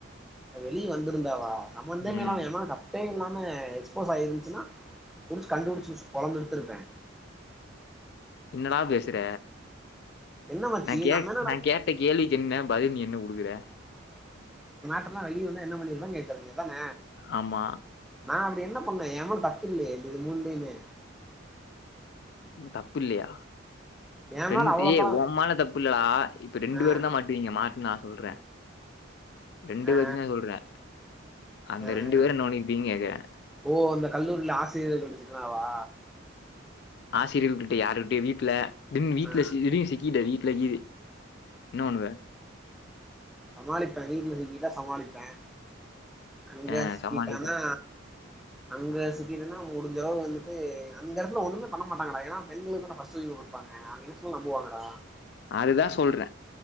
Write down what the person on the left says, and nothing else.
ம்.
என்னடா பேசுற
நா கேட்
நா கேட்ட கேள்விக்கு என்ன பதில் நீ என்ன குடுக்குற
ஆமா
தப்பு இல்லயா
ரெண்டு
ஏ ஒ மேல தப்பு இல்லடா இப்ப ரெண்டு
பேருந்தா மாட்டுவீங்க மாட்னா சொல்றே ரெண்டு
பேத்தயுந்தா சொல்றே அந்த
ரெண்டு பேரு என்ன பண்ணிருப்பீங்கன் கேக்குறே
ஆசிரியர்கள் கிட்ட யாருட்டயு வீட்ல தென் வீட்ல
சி திடீர்னு சிக்கீட்ட வீட்ல கீது என்ன பண்ணுவ
அ
சமாளிப்ப.
அதுதா சொல்ற